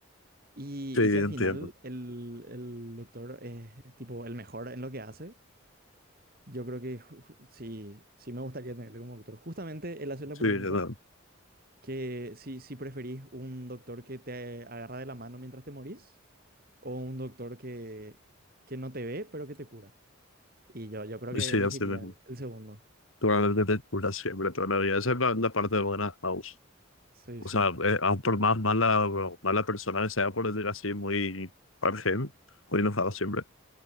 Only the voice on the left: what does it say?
Sí,
entiendo.
Sí,
no.
pues
Sí,
así mismo.
Probablemente te cura siempre, toda la vida. Esa es la, la parte buena de House.
O
sea, eh, aun por más mala, mala persona que sea, por decir así, muy argel, muy enojado siempre,